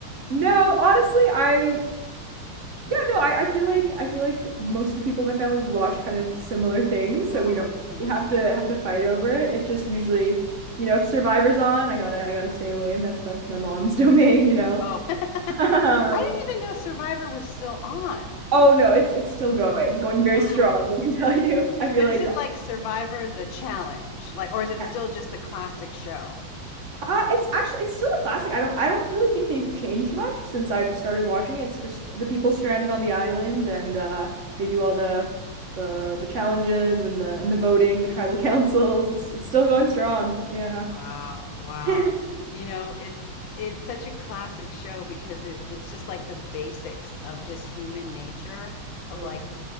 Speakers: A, on the right; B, on the left.
A: no, honestly, I yeah, no, I, I feel like I feel like most of the people in my family we watch kind of similar things,
B: mm,
A: so we don't
B: hmm
A: really have to have to fight over it. It's just usually, you know, if Survivor's on, I gotta I gotta stay away. That's that's my mom's <laughs> domain, you know.
B: Oh.
A: <laughs>
B: <laughs> I
A: Um,
B: didn't even know Survivor was still on.
A: oh no, it's it's still going, going very
B: Wow.
A: strong, let me tell you. I feel
B: But
A: like
B: is it like Survivor the challenge? Like, or is it
A: that.
B: still just the classic show?
A: Uh, it's actually it's still a classic. I don't I don't really think they've changed much since I've started watching it. It's just the people stranded on the island and uh they do all the the the challenges and the and the voting, the tribal <laughs> councils. It's it's still going strong. Yeah.
B: Wow, wow.
A: <laughs>
B: You know, it's it's such a classic show because it it's just like the basics of just human nature of
A: It is.
B: like